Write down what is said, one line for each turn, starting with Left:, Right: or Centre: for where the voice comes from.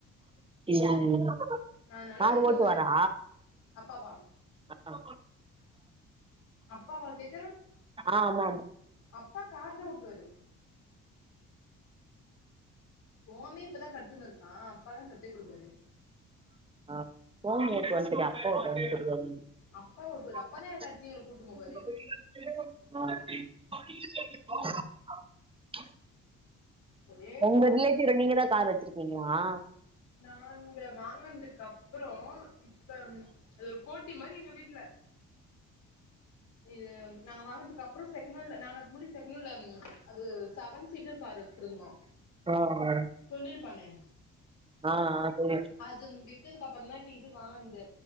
Right: ம் ம்
Left: அதனால
Right: கார்
Left: இதுல
Right: ஓட்டுவாரா
Left: தான அப்பாவா
Right: அ
Left: அப்பாவா கேக்குற
Right: ஆமாமா
Left: அப்பா கார் தா ஓட்டுவாரு சோமே இப்பதா கத்துனு இருக்கா அப்பாதா கத்து குடுப்பாறு
Right: ஆ ஓம் ஓட்டு வன்ட்டு யா அப்பா ஓட்ட வன்ட்டு
Left: அப்பா ஓட்டுவாரு
Right: <unintelligible>
Left: அப்பாதா எல்லா எடத்துலயு எங்கள கூட்டுனு போவாரு ம்
Right: <unintelligible>
Left: ஒரே இதுவா
Right: ஒங்க
Left: இருந்துச்சு
Right: ரிலேட்டிவ்ல நீங்க தா கார் வச்சிருக்கீங்ளா
Left: நாங்க வாங்கனதுக்கு அப்றோ இப்ப அது ஒரு போட்டி மாரி எங்க வீட்ல இது நாங்க வாங்னதுக்கு அப்றோ செக்னல்ல நாங்க அதுக் முடிஸ் செக்னல அது செவன் சீட்டர் கார் வச்சிருந்தோ
Right: அஹ
Left: தொல்லிருப்பானே
Right: ஆ ஆ சொல்லிச்
Left: அது வித்ததுக்கு அப்றோ தா இப்ப இது வான்து